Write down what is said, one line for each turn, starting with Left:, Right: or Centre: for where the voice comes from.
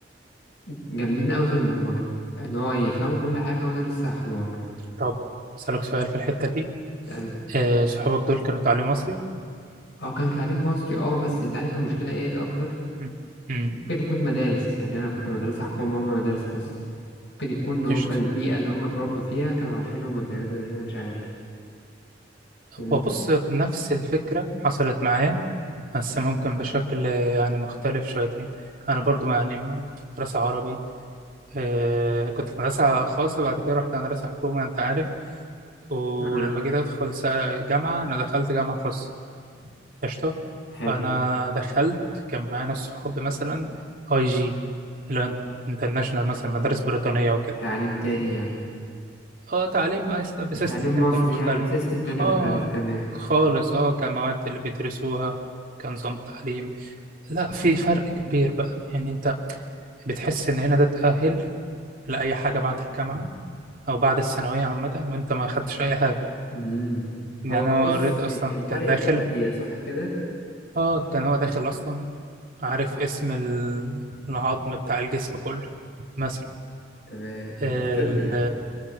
Left: جامدين أوي في البرمجة إن هو يفهموا كل حاجة وأنا لسه حمار
Right: طب أسألك سؤال في الحتة دي
Left: يعني-
Right: آه، صحابك دول كانوا تعليم مصري؟
Left: اه كان تعليم مصري اه بس انت عارف المشكلة ايه الأكتر
Right: امم امم
Left: ممكن يكون مدارس يعني أنا كنت مدرسة حكومة وهما مدارس خاصة ممكن يكون هما
Right: قشطة
Left: البيئة اللي هما اتربوا فيها كانوا عارفين هما بيعملوا ايه أنا مش عارف فهمت؟
Right: هو بص نفس الفكرة حصلت معايا بس ممكن بشكل آه، يعني مختلف شويتين أنا برضو ما يعني ما كنت في مدرسة عربي آه، كنت في مدرسة خاصة بعد كده رحت مدرسة حكومة أنت عارف ولما
Left: آه
Right: جيت أدخل س- جامعة أنا دخلت جامعة خاصة قشطة
Left: حلو
Right: فأنا دخلت كان معايا ناس صحابي مثلا أي جي اللي هو انترناشونال مثلا مدارس بريطانية وكده
Left: تعليم تاني يعني
Right: اه تعليم أس- بسيستم
Left: مش تعليم مصري
Right: تاني مختلف
Left: يعني بسيستم
Right: خا
Left: تاني مختلف تمام
Right: خالص اه كمواد اللي بيدرسوها كنظام تعليم لا في فرق كبير بقى يعني انت بتحس ان هنا ده تأهل لأي حاجة بعد الجامعة او بعد الثانويه عامه وانت ما خدتش اي حاجه
Left: امم
Right: يعني
Left: هو
Right: انا
Left: بص
Right: اوريدي
Left: الفرق
Right: اصلا كان داخل
Left: في التأهيل صح كده؟
Right: اه كان هو داخل اصلا عارف اسم ال- العظم بتاع الجسم كله مثلا
Left: تمام انت
Right: ال
Left: في طب يعني